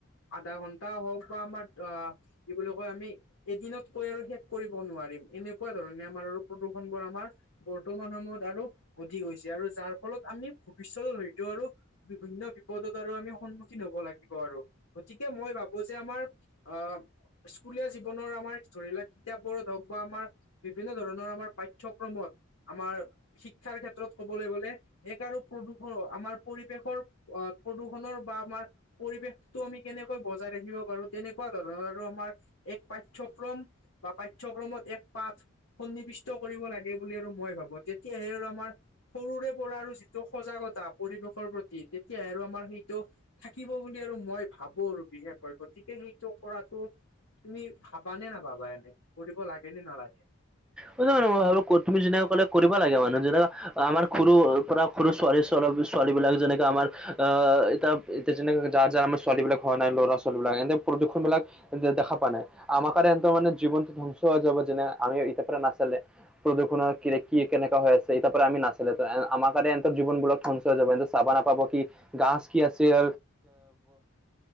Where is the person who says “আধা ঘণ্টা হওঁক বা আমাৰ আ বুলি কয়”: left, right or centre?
Left